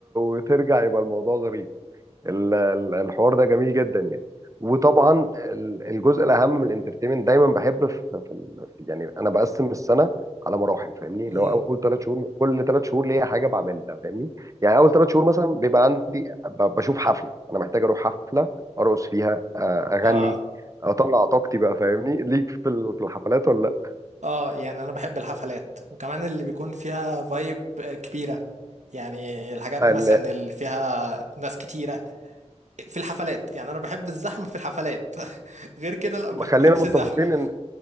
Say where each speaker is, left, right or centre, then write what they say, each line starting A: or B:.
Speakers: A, on the right; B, on the right.
A: وترجع يبقى الموضوع ظريف ال- ال- الحوار ده جميل جدا يعني وطبعا ال- الجزء الاهم من الانترتينمنت دايما بحب في في ال- في- يعني انا بقسم السنه على مراحل فاهمني
B: امم
A: اللي هو اول ثلاث شهور كل ثلاث شهور ليا حاجه بعملها فاهمني يعني اول ثلاث شهور مثلا بيبقى عندي ب- بشوف حفله انا محتاج اروح حفله ارقص فيها آه، اغني
B: اه
A: اطلع طاقتي بقى فاهمني ليك في ال- في الحفلات ولا
B: اه يعني انا بحب الحفلات وكمان اللي بيكون فيها فايب كبيرة يعني الحاجات
A: لا
B: مثلا
A: ال-
B: اللي فيها ناس كتيرة في الحفلات يعني انا بحب الزحمة في الحفلات <laughs> غير كده لا ما
A: خلينا
B: بحبش
A: متفقين
B: الزحمة
A: ان